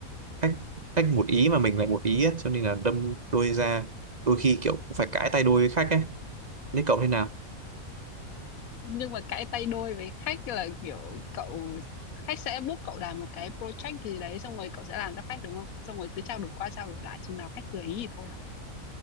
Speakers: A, on the right; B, on the left.
A: Khách, khách một ý mà mình lại một ý á, cho nên là đâm đôi ra. Đôi khi kiểu cũng phải cãi tay đôi với khách ấy. Thế cậu thế nào?
B: Nhưng mà cãi tay đôi với khách là kiểu cậu khách sẽ book cậu làm một cái project gì đấy xong rồi cậu sẽ làm cho khách đúng không? Xong rồi cứ trao đổi qua trao đổi lại chừng nào khách vừa ý thì thôi à.